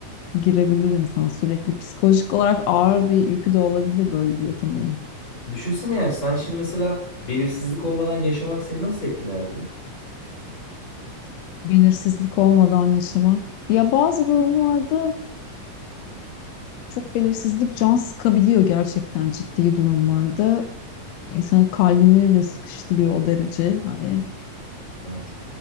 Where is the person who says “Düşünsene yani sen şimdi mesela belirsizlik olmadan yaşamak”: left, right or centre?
Left